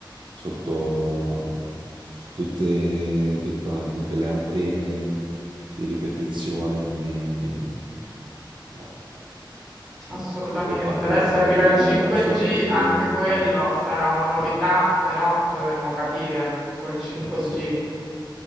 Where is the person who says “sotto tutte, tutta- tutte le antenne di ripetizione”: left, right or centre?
Right